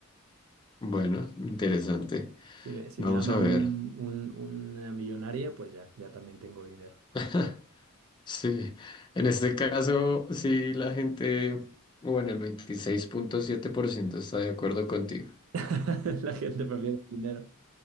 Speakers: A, on the left; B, on the right.
A: Bueno, interesante.
B: Si me, si
A: Vamos
B: me ama
A: a
B: un,
A: ver.
B: un- una millonaria, pues ya, ya también tengo dinero.
A: <laughs> Sí, en este caso, sí, la gente, bueno, el 26.7% está de acuerdo contigo.
B: <laughs> La gente prefiere el dinero.